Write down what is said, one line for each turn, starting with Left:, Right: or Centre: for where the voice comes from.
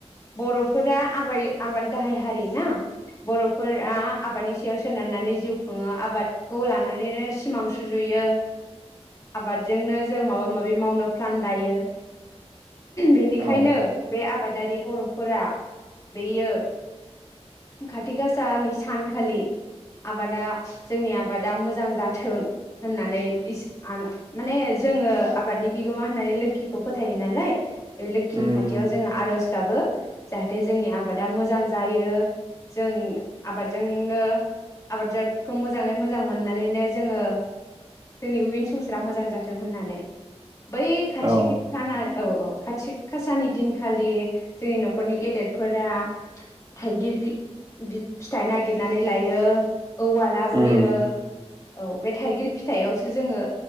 Left: बर'फोरा आबै आबाद गाहाय हारि ना बर'फोरा आबादनि सायाव सोनारनानै जिउ खुङो आबादखौ लानानैनो सिमां सुजुयो आबादजोंनो जों माबा माबि मावनो प्लान लायो बे खायनो
Right: औ
Left: बे आबाद दारि बर'फोरा बैयो खाथि गासानि सानखालि आबादा जोंनि आबादा मोजां जाथों होननानै इस आन माने जोङो आबादनि बिगोमा होननानै लोखिखौ फोथायो नालाय बे लो खिनि
Right: उम
Left: खाथियाव जोङो आर'ज गाबो जाहाथे जोंनि आबादा मोजां जायो जों आबादजोंनो आबादजोगखौ मोजाङै मोजां मोननानैनो जोङो जोंनि उयिन संसारा मोजां जाथों होननानै। बै खाथिखि
Right: औ
Left: खाना औ औ खाथिख खासानि दिनखालि जोंनि न'खरनि गेदेरफोरा थाइगिर बि-बि-फिथाइ नागिरनानै लायो। औवा लाबोयो।
Right: उम
Left: औ बे थाइगिर फिथाइआवसो जोङो